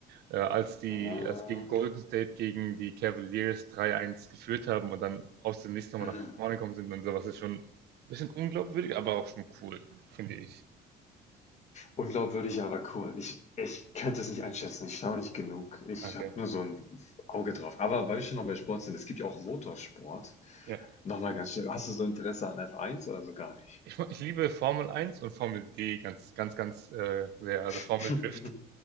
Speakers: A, on the right; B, on the left.
A: äh, als die,
B: Ah.
A: als gegen Golden State gegen die Cavaliers 3-1 geführt haben und dann aus dem nächsten nochmal
B: Hm.
A: nach vorne gekommen sind und sowas ist schon ein bisschen unglaubwürdig, aber auch schon cool, finde ich.
B: Unglaubwürdig, aber cool. Ich, ich könnte es nicht einschätzen. Ich schaue nicht genug. Ich
A: Okay.
B: habe nur so ein Auge drauf. Aber weil wir schon noch bei Sport sind, es gibt ja auch Motorsport.
A: Ja.
B: Nochmal ganz schnell. Hast du so Interesse an F1 oder so gar nicht?
A: Ich, mag- ich liebe Formel Eins und Formel D ganz, ganz, ganz äh, sehr. Also
B: <laughs>
A: Formel Drift,